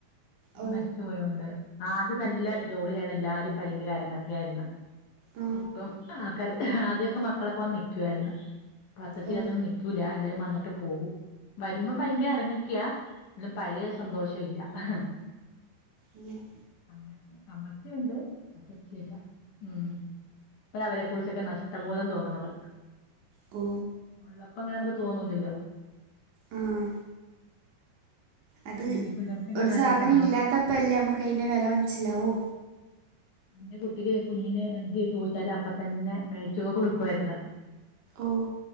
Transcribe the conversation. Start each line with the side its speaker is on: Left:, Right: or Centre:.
Left: അത്
Right: ഓ
Left: മരിച്ചു പോയോണ്ട് ആദ്യ നല്ല ജോളിയാര്ന്ന് എല്ലാരും ഭയങ്കര അരങ്ങക്കെയാര്ന്നു
Right: ആ
Left: ഇപ്പം ആക്കാര് ആദ്യക്കെ മക്കളക്കെ വന്ന് നിക്കുവാര്ന്ന് പ <unintelligible> ച്ചീല്ലാത്തോണ്ട്
Right: ഓ
Left: നി ക്കൂല എല്ലാരും വന്നിട്ട് പോവും വരുമ്പം ഭയങ്കര അരങ്ങക്കെയാ <unintelligible> പഴയ സന്തോഷം ഇല്ല അഹ്
Right: ങ്ങനെ
Left: അമ്മച്ചി അമ്മച്ചിയൊണ്ട് അത്തച്ചി ഇല്ല ഉം പ്പഴാ അവരെ കുറിച്ചൊക്കെ നഷ്ട്ട ബോധം തോന്ന്ണത്
Right: ഓ
Left: ഉള്ളപ്പങ്ങനെമുക്ക് തോന്നൂലല്ലോ
Right: ആഹ് അത്
Left: കുഞ്ഞി പിള്ളേർക്കെല്ലാം
Right: ഒര്
Left: നല്ല
Right: സാധനം
Left: സന്തോഷം
Right: ഇല്ലാത്തപ്പല്ലേ നമ്മക്ക് അയ്ന്റെ വെല മനിസ്സിലാവൂ
Left: ന്റെ കുട്ടിക്ക് കുഞ്ഞിന് എന്ത് ചോദിച്ചാലും അപ്പ തന്നെ മേടിച്ചൊക്കെ കൊടുക്കുവായിര്ന്ന
Right: ഓഹ്